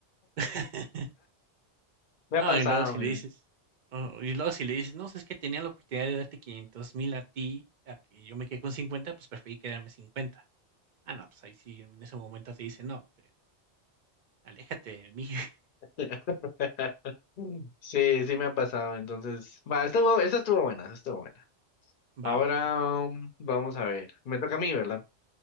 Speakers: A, on the right; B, on the left.
A: <laughs>
B: Me
A: No,
B: ha pasado,
A: y luego si
B: mira.
A: le dices, oh, y luego si le dices, no, es que tenía la oportunidad de darte quinientos mil a ti, a que yo me quedé con 50 pues preferí quedarme cincuenta Ah, no, pues ahí sí, en ese momento te dice, no, te- aléjate de mí, <laughs>
B: <laughs> Mm. Sí, sí me ha pasado. Entonces, va, estuvo, esa estuvo buena, esa estuvo buena. Ahora
A: va, va, va.
B: um, vamos a ver. Me toca a mí, ¿verdad?